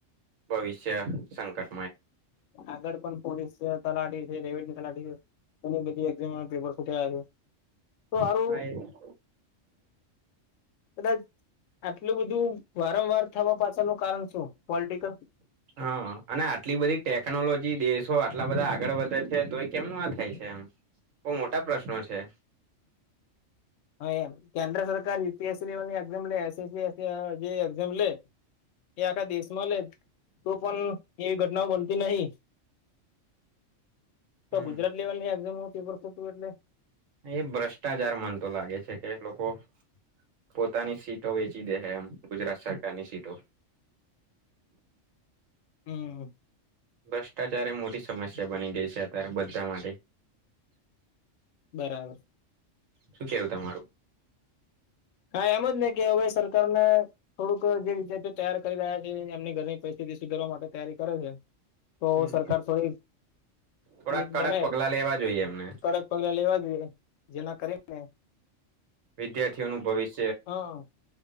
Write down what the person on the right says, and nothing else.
ભવિષ્ય સંકટ
ગયું
હા અને આટલી બધી ટેકનોલોજી દેશો આટલા બધા આગળ વધે છે. તો એ કેમ નું આ થાય છે. એમ બહુ મોટા પ્રશ્નો છે.
હમ
એ ભ્રષ્ટાચાર મન તો લાગે છે કે લોકો પોતાની સીટો વેચી દે છે. એમ ગુજરાત સરકાર ની સીટો
ભ્રષ્ટાચારે, મોદી સાથે સમસ્યા બની ગઈ છે. અત્યારે બધા માટે
શું કેવું તમારું
હમ
થોડાક
કડક
પગલા લેવા જોઈએ એમને
વિદ્યાર્થી ઓ નું ભવિષ્ય,